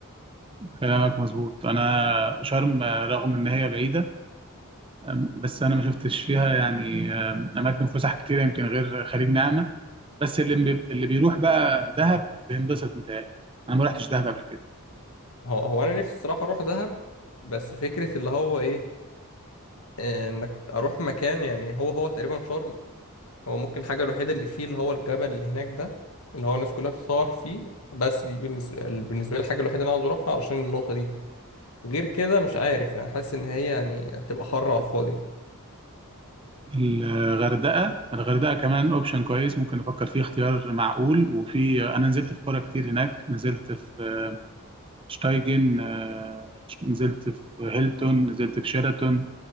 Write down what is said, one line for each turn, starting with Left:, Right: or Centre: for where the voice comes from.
Right: كلامك مظبوط أنا شرم آه، رغم إن هي بعيدة آم، بس أنا ما شفتش فيها يعني آم، أماكن فسح كتيرة يمكن غير خليج نعمة بس اللي بي- اللي بيروح بقى دهب بينبسط متهيألي انا ما رحتش دهب قبل كده
Left: هو, هو أنا نفسي الصراحة أروح دهب بس فكرة اللي هو إيه آه، إنك أروح مكان يعني هو هو تقريبا شرم هو ممكن الحاجة الوحيدة اللي فيه اللي هو الجبل اللي هناك ده اللي هو الناس كلها بتصور فيه بس دي بالنسبة بالنسبة لي الحاجة الوحيدة اللي أنا عاوز أروحها علشان النقطة دي غير كده مش عارف يعني حاسس إن هي يعني هتبقى حر على الفاضي
Right: الغردقه الغردقه كمان اوبشن كويس ممكن نفكر فيه اختيار معقول وفي انا نزلت في قرى كتير هناك نزلت في شتايجن آه، نزلت في هيلتون نزلت في شيراتون